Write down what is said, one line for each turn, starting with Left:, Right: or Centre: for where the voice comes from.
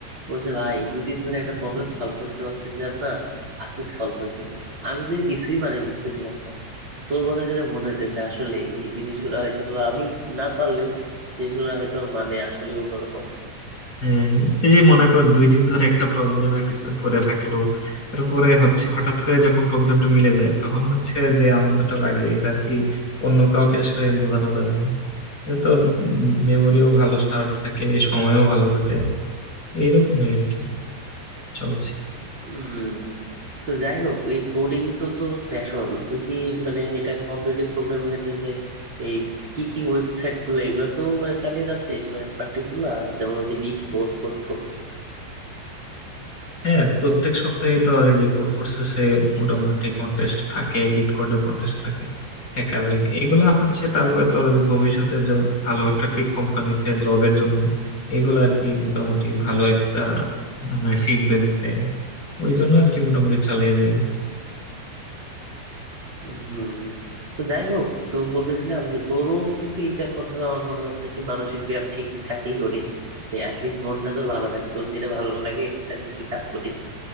Right: বলছে ভাই দুই দিন ধরে একটা প্রবলেম সলভ করতে পারতেছিলাম না আজকে সলভ হয়েছে আমি তো এর কিছুই মানে বুঝতেছিলাম না তোর কথা শুনে মনে হইতেছে আসলে এই জিনিসগুলো হয়তো বা আমি না পারলেও জিনিসগুলো হয়তো মানে আসলে অন্যরকম
Left: হ্যাঁ, এই যে মনে কর দুই দিন ধরে একটা প্রবলেমের পিছনে পড়ে থাকলো তারপরে হচ্ছে হঠাৎ করে যখন প্রবলেমটা মিলে যায় তখন হচ্ছে যে আনন্দটা লাগে এটা আর কি অন্য কাউকে আসলে বোঝানো যাবে না এটা তোর মেমোরিও ভালো শার্প থাকে সময়ও ভালো কাটে এইরকমই আর কি চলছে
Right: উম তো যাই হোক এই কোডিং তো তো প্যাশন তুই কি মানে এটা কম্পিটিটিভ প্রোগ্রামিং এর জন্য এই কি কি ওয়েবসাইট গুলো এগুলো তো মানে চালিয়ে যাচ্ছিস মানে প্র্যাকটিস গুলা যেমন ওই যে লিড কোড কোড
Left: হ্যাঁ প্রত্যেক সপ্তাহে তো আর এই যে কোড ফোর্সেসে মোটামুটি কন্টেস্ট থাকে লিড কোডের কন্টেস্ট থাকে হ্যাকার র্যাঙ্ক এগুলা হচ্ছে তারপরে তো আর ভবিষ্যতে জ- ভালো একটা টেক কোম্পানিতে জবের জন্য এগুলা আর কি মোটামুটি ভালো একটা মানে ফিডব্যাক দেয় ওই জন্য আর কি মোটামুটি চালিয়ে যাই
Right: হুম তো যাই হোক তো বলতেছিলাম যে তোরও কিন্তু এটার মাধ্যমে আমার মনে হচ্ছে তুই মানসিক ব্যায়াম ঠিকঠাকই করিস যে অ্যাটলিস্ট মনটা তোর ভালো থাকে তোর যেটা ভালো লাগে সেটা নিয়ে তুই কাজ করিস